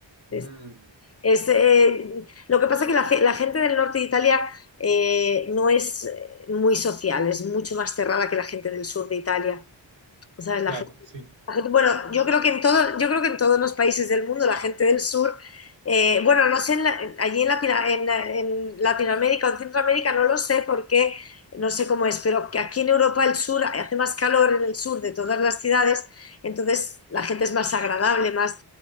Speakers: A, on the left (about 35°); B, on the right (about 80°).
A: Es,
B: Mm,
A: es, eh, lo que pasa es que la, fe- la gente del norte de Italia eh, no es eh, muy social, es mucho más cerrada que la gente del sur de Italia. O sea, la
B: Claro, sí,
A: La gente- Bueno, yo creo que en todo, yo creo que en todos los países del mundo, la gente del sur, eh, bueno, no sé, en la- allí en, Latina- en- en Latinoamérica o en Centroamérica no lo sé porque no sé cómo es, pero que aquí en Europa el sur hace más calor en el sur de todas las ciudades, entonces la gente es más agradable, más